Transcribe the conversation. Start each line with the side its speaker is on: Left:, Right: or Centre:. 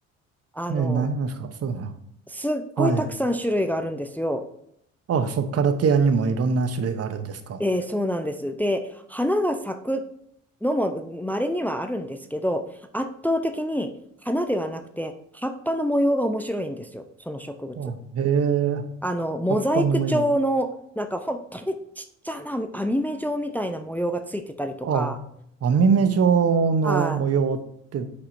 Centre: あの、
Right: えー、何ですか。そうな。
Centre: すっごいたくさん種類があるんですよ。
Right: はい。あ、そう、カラテアにもいろんな種類があるんですか。
Centre: えーそうなんです。で、花が咲くのも稀にはあるんですけど、圧倒的に花ではなくて、葉っぱの模様が面白いんですよ。その植物。
Right: あ、えー、
Centre: あの、モザイク調の、
Right: 葉っぱの模様。
Centre: なんか本当にちっちゃな網目状みたいな模様がついてたりとか、
Right: ああ、網目状の模様って、
Centre: はい。